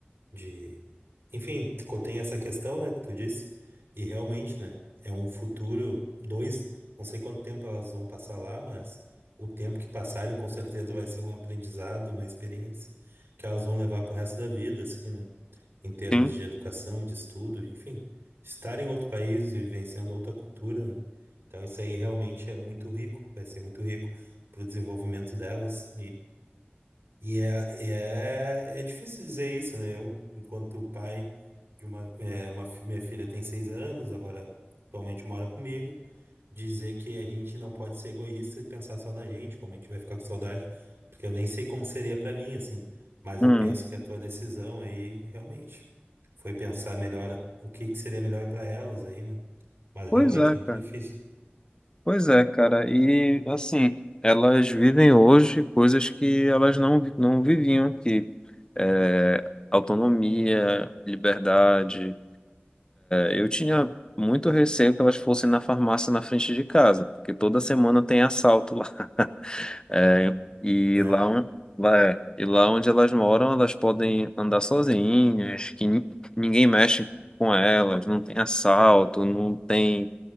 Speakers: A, on the right; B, on the left.
A: de, enfim, co- tem essa questão, né, que tu disse, e realmente, né, é um futuro, dois, não sei quanto tempo elas vão passar lá, mas o tempo que passarem com certeza vai ser um aprendizado, uma experiência que elas vão levar pro resto da vida, assim, né, em termos
B: sim.
A: de educação e de estudo, enfim, estar em outro país e vivenciando outra cultura, né, então isso aí realmente é muito rico, vai ser muito rico pro desenvolvimento delas e é, e é, é difícil dizer isso, né? Eu, enquanto pai de uma, é, uma fi- minha filha tem seis anos, agora atualmente mora comigo, dizer que a gente não pode ser egoísta e pensar só na gente, como a gente vai ficar com saudade, porque eu nem sei como seria pra mim, assim. Mas
B: Hum.
A: eu penso que a tua decisão aí realmente foi pensar melhor o que que seria melhor pra elas aí, né? Mas
B: Pois
A: realmente
B: é,
A: é muito
B: cara.
A: difícil.
B: Pois é, cara. E assim, elas vivem hoje coisas que elas não, vi- não viviam, que é, autonomia, liberdade, Eu tinha muito receio que elas fossem na farmácia na frente de casa, porque toda semana tem assalto lá. <laughs> É, e
A: É,
B: lá, on- lá, é, e lá onde elas moram, elas podem andar sozinhas, que ni- ninguém mexe com elas, não tem assalto, não tem